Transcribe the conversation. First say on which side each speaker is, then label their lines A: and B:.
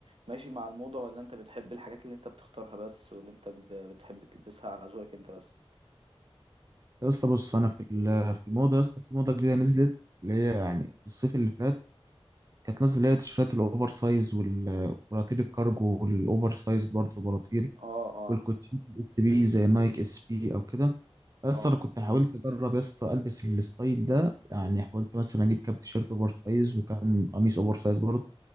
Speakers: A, on the right (about 60°); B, on the right (about 35°).
A: ماشي مع الموضة ولا انت بتحب الحاجات اللي انت بتختارها بس واللي انت ب- بتحب تلبسها على ذوقك انت بس
B: يا اسطى بص انا في ال- في الموضه يا اسطى في موضه جديده نزلت اللي هي يعني الصيف اللي فات كانت نازله اللي هي التيشيرتات الاوفر سايز والبلاطيل الكارجو والاوفر سايز برضه بلاطيل
A: اه اه
B: والكوتشي الاس بي زي نايك اس بي او كده بس
A: اه
B: انا كنت حاولت اجرب يا اسطى البس الستايل ده يعني حاولت مثلا اجيب كام تيشيرت اوفر سايز وكام قميص اوفر سايز برضه